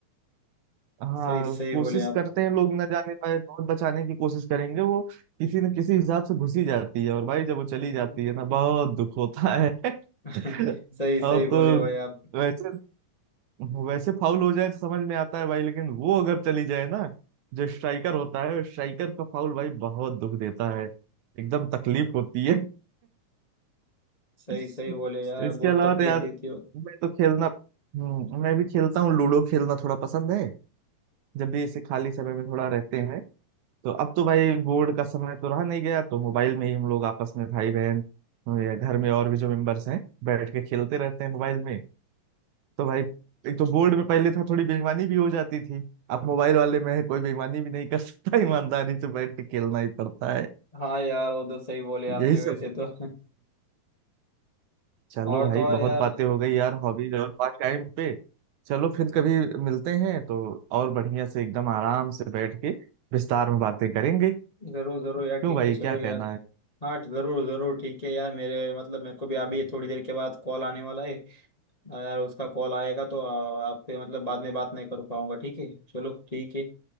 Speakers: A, on the right; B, on the left.
A: हाँ
B: सही सही
A: कोशिश
B: बोले
A: करते हैं लोग ना जाने पाए बहुत बचाने की कोशिश करेंगे वो किसी न किसी हिसाब से घुसी जाती है और भाई जब वो चली
B: आप
A: जाती है ना बहुत दुख होता है <laughs>
B: <laughs> सही सही
A: और तो
B: बोले भाई आप
A: वैसे वैसे फाउल हो जाए तो समझ में आता है भाई लेकिन वो अगर चली जाए ना जो स्ट्राइकर होता है स्ट्राइकर का फाउल भाई बहुत दुख देता है एकदम तकलीफ होती है
B: सही
A: इस,
B: सही बोले यार
A: इसके
B: बहुत
A: अलावा
B: तकलीफ
A: तो यार
B: देती हो
A: मैं तो खेलना हम्म, मैं भी खेलता हूँ लूडो खेलना थोड़ा पसंद है जब भी इसे खाली समय में थोड़ा रहते हैं तो अब तो भाई बोर्ड का समय तो रहा नहीं गया तो मोबाइल में ही हम लोग आपस में भाई बहन या घर में और भी जो मेंबर्स हैं बैठ के खेलते रहते हैं मोबाइल में तो भाई एक तो बोर्ड में पहले था थोड़ी बेईमानी भी हो जाती थी अब मोबाइल वाले में है कोई बेईमानी भी नहीं कर सकता ईमानदारी से बैठ के खेलना ही पड़ता है
B: हाँ यार वो तो सही बोले आपने
A: यही सब
B: वैसे तो <laughs>
A: चलो
B: और
A: भाई
B: तो और
A: बहुत
B: यार
A: बातें हो गई यार हॉबीज और पास टाइम पे चलो फिर कभी मिलते हैं तो और बढ़िया से एकदम आराम से बैठ के विस्तार में बातें करेंगे
B: जरूर जरूर
A: क्यों
B: यार ठीक
A: भाई
B: है चलो
A: क्या कहना
B: यार
A: है
B: हाँ जरूर जरूर ठीक है यार मेरे मतलब मेरे को भी अभी थोड़ी देर के बाद कॉल आने वाला है अ, यार उसका कॉल आएगा तो अ, आपसे मतलब बाद में बात नहीं कर पाऊंगा ठीक है चलो ठीक है